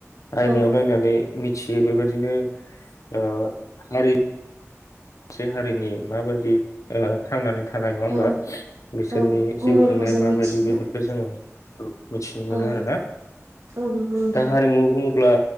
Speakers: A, on the left (about 80°); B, on the right (about 70°).
A: आयनायाव
B: औ
A: नायनानै मि थियो बेबायदिनो ओ हारि मोनसे हारिनि माबायदि ओ थांनानै थानाय नङा होमबा
B: औ
A: बिसोरनि
B: औ गुमुरखौ
A: जिउ खुंनाया
B: जों
A: माबायदि
B: मिथियोना
A: बेफोरखौ जोङो औ मिथिनो मोनो
B: औ
A: आरोना
B: औ नंगौ नोंथां
A: दा हारिमु बुङो अब्ला